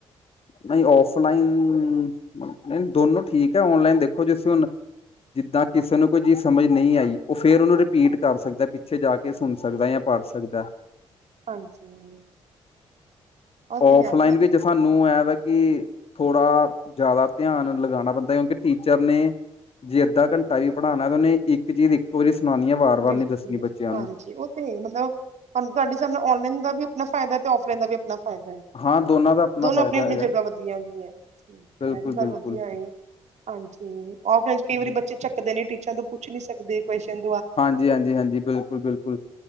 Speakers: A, on the left; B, on the right.
A: ਨਹੀਂ ਔਫਲਾਈਨ ਨਹੀਂ ਦੋਨੋ ਠੀਕ ਹੈ ਔਨਲਾਈਨ ਦੇਖੋ ਜੇਸੀਂ ਹੁਣ ਜਿੱਦਾਂ ਕਿਸੇ ਨੂੰ ਕੋਈ ਚੀਜ਼ ਸਮਝ ਨਹੀਂ ਆਈ ਉਹ ਫੇਰ ਉਹਨੂੰ ਰਿਪੀਟ ਕਰ ਸਕਦਾ ਪਿੱਛੇ ਜਾ ਕੇ, ਕੇ ਸੁਣ ਸਕਦਾ ਜਾਂ ਪੜ੍ਹ ਸਕਦਾ।
B: ਹਾਂਜੀ ਉਹ
A: ਔਫਲਾਈਨ
B: ਤੇ ਹੈ
A: ਵਿੱਚ ਸਾਨੂੰ ਨੂੰ ਇਹ ਵਾ ਕਿ ਥੋੜਾ ਜ਼ਿਆਦਾ ਧਿਆਨ ਲਗਾਉਣਾ ਪੈਂਦਾ ਕਿਉਂਕਿ ਟੀਚਰ ਨੇ ਜੇ ਅੱਧਾ ਘੰਟਾ ਵੀ ਪੜ੍ਹਾਉਣਾ ਤੇ ਉਹਨੇ ਇੱਕ ਚੀਜ਼ ਇੱਕੋ ਵਾਰੀ ਸੁਣਾਉਣੀ ਹੈ ਵਾਰ ਵਾਰ
B: ਬਿਲਕੁਲ
A: ਨੀ ਦੱਸਣੀ ਬੱਚਿਆਂ
B: ਹਾਂਜੀ
A: ਨੂੰ
B: ਉਹ ਤੇ ਮਤਲਬੂੰ ਤੁਹਾਡੀ ਸਾਨੂੰ ਔਨਲਾਈਨ ਦਾ ਵੀ ਆਪਣਾ ਫਾਇਦਾ ਤੇ ਔਫਲਾਈਨ ਦਾ ਵੀ ਆਪਣਾ ਫਾਇਦਾ ਹੈ
A: ਹਾਂ ਦੋਨਾਂ ਦਾ ਆਪਣਾ
B: ਦੋਨੋ
A: ਫ਼ਾਇਦਾ
B: ਆਪਣੀ ਆਪਣੀ
A: ਹੈਗਾ
B: ਜਗ੍ਹਾ ਵਧੀਆ ਗਈਆਂ ਇਹ
A: ਬਿਲਕੁਲ
B: ਵੀ ਗੱਲ
A: ਬਿਲਕੁਲ
B: ਵਧੀਆ ਏ ਹਾਂਜੀ ਔਫਲਾਈਨ ਚ ਕਈ ਵਾਰੀ
A: ਜੀ
B: ਬੱਚੇ ਚੱਕਦੇ ਨੇ ਟੀਚਰਾ ਤੋਂ ਪੁੱਛ ਨੀ ਸਕਦੇ ਕੁਸ਼ਸ਼ਨ
A: ਹਾਂਜੀ ਹਾਂਜੀ ਬਿਲਕੁਲ ਬਿਲਕੁਲ